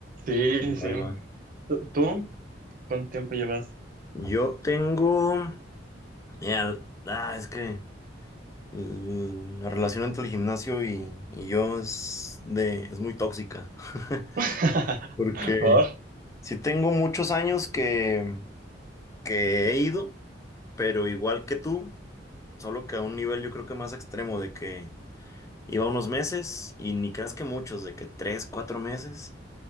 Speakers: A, on the right (about 50°); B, on the left (about 15°).
A: sí,
B: Ahí
A: sí. sí.
B: va.
A: ¿Tú? ¿Tú? ¿Cuánto tiempo llevas?
B: Yo tengo. ya, ah, es que mm, la relación entre el gimnasio y, y yo es de, es muy tóxica. <laughs>
A: <laughs>
B: Porque
A: ¿Por?
B: sí tengo muchos años que, que he ido, pero igual que tú, solo que a un nivel yo creo que más extremo de que Iba unos meses y ni creas que muchos, de que tres, cuatro meses.